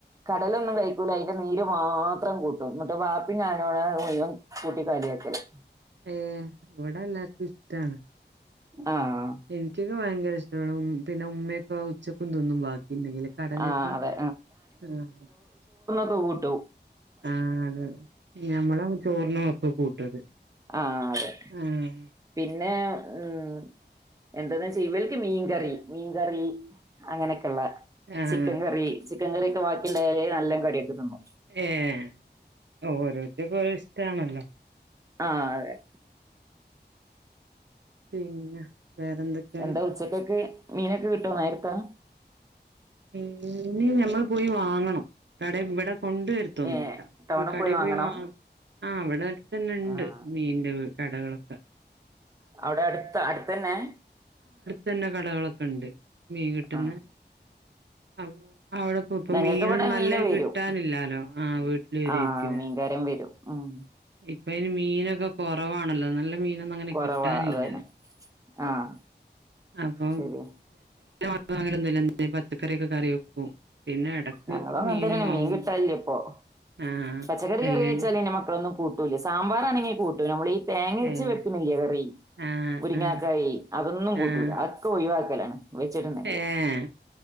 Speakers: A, on the right; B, on the right.
A: കടലൊന്നും കഴിക് <unintelligible> അയിന്റെ നീര് മാത്രം കൂട്ടും എന്നിട്ട് വാപ്പി ഞാനോടെ മുയുവൻ കൂട്ടി കലിയക്കല്
B: ഏഹ് ഇവിടെ എല്ലാർക്കും ഇഷ്ടാണ്
A: ആഹ്
B: എനിക്കൊക്കെ ഭയങ്കര ഇഷ് <unintelligible> പിന്നെ ഉമ്മയൊക്കെ ഉച്ചക്കുംന്തതിന്നും ബാക്കിണ്ടെങ്കില് കടലൊക്കാ
A: ആഹ് അതെ
B: ആഹ്
A: ക്ക്കൂട്ടോ
B: ആന്നു ഞമ്മള് <unintelligible> ഒക്കെ കൂട്ടത്
A: ആഹ് അതെ പി
B: ആഹ്
A: പിന്നെ ഉം എന്തെന്ന് ചാ ഇവലക്ക് മീൻകറി മീൻകറി അങ്ങനൊക്കെയുള്ള
B: ആഹ്
A: ചിക്കൻ കറി ചി <unintelligible> കറിയൊകെ ബാക്കി ഉണ്ടായാലേ നല്ല <unintelligible> തിന്നു
B: ഏയ് ഓരോരുത്തക്കും ഓരോ ഇഷ്ടണല്ലോ
A: ആഹ് അതെ
B: പിന്നെ വേറെന്തൊക്കെയാണ്
A: എന്താ ഉച്ചക്കൊക്കെ മീനൊക്കെ കിട്ടുവോ നേരത്താ
B: പിന്നീ ഞമ്മള് പോയി വാങ്ങണം കട ഇവിടെ കൊണ്ടുവരുത്തൊന്നുവില്ല
A: ഏഹ് ടൗണിൽ
B: കടെ
A: വാങ്ങണോ
B: പോയി വാങ്ങണം ആഹ് അവിടെ തന്നെ ണ്ട്
A: ആഹ്
B: മീന്റെ വി കടകളും
A: അവിടെ അടുത്ത്‌ അടുത്തന്നെ
B: തന്നെ കടകളൊക്കെ ഉണ്ട് മീൻ കിട്ടന്ന്
A: ആഹ്
B: ആ അവിടെ പോ ഇപ്പ
A: ഞങ്ങൾക്ക്
B: മീനൊന്നും
A: ഇവിടെ
B: നല്ല
A: മീന് വരും
B: കിട്ടാനില്ലാലോ ആഹ വീട്ടില് വരുവരിക്കുലെ
A: ആഹ് മീൻകാരൻ വരും ഉം
B: ഇപ്പൊ ഇതിന് മീനൊക്കെ കുറവാണല്ലോ നല്ല മീനൊന്നും അങ്ങനെ
A: കൊറവാ
B: കിട്ടാനില്ല
A: അതന്നെ ആഹ്
B: അപ്പൊ
A: ശരിയാ
B: ങ്ങന ഒന്നുമ പച്ചക്കറിയൊക്കെ കറി വെക്കും പിന്നെ ഇടക്ക്
A: ഞങ്ങളും അങ്ങൻ
B: മീൻ
A: തന്നെയാണ്
B: വാങ്ങും
A: കിട്ടാനില്ല ഇപ്പൊ
B: ആഹ്
A: പച്ചക്കറി
B: അല്ലേ
A: കറി വെച്ചാലന്ന മക്ക ളോന്നും കൂട്ടുല്ല സാമ്പാർ ആണെങ്കിൽ കൂട്ടൂ നമ്മഈ തേങ്ങരിച്ച
B: ഏഹ്
A: വെക്കുന്നില്ല കറി
B: ആഹ്
A: മുരിങ്ങാക്കായി
B: ആഹ്
A: അതൊന്നും കൂട്ടൂല്ല
B: ആഹ്
A: അതക്കെ ഒഴിവാക്കി ലാണ് വെച്ചിട്ടുണ്ടെങ്കില്
B: ഏഹ്